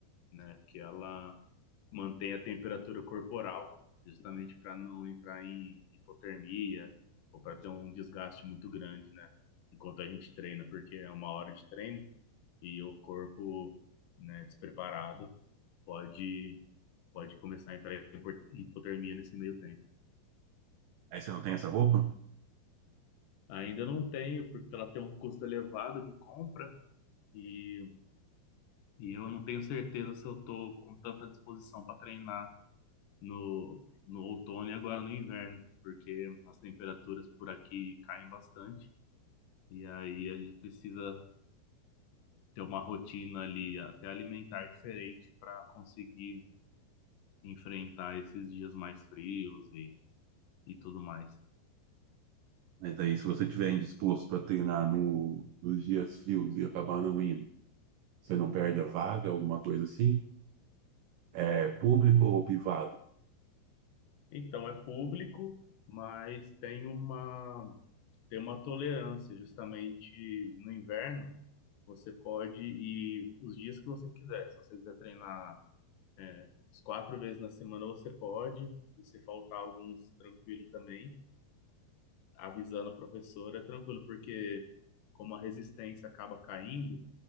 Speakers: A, on the left; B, on the right.
A: né? Que ela mantém a temperatura corporal, justamente para não entrar em hipotermia ou para ter um desgaste muito grande, né? Enquanto a gente treina, porque é uma hora de treino e o corpo, né, despreparado pode pode começar a entrar em hipo- hipotermia nesse meio tempo.
B: Aí você não tem essa roupa?
A: Ainda não tenho, porque ela tem um custo elevado de compra e, e eu não tenho certeza se eu estou com tanta disposição para treinar no, no outono e agora no inverno, porque as temperaturas por aqui caem bastante e aí a gente precisa ter uma rotina ali, até alimentar diferente para conseguir enfrentar esses dias mais frios e, e tudo mais.
B: Mas daí, se você estiver indisposto para treinar no- nos dias frios e acabar não indo, você não perde a vaga, alguma coisa assim? É público ou privado?
A: Então é público, mas tem uma, tem uma tolerância justamente no inverno. Você pode ir os dias que você quiser. Se você quiser treinar As quatro vezes na semana você pode, e se faltar alguns, tranquilo também. Avisando a professora, é tranquilo, porque como a resistência acaba caindo,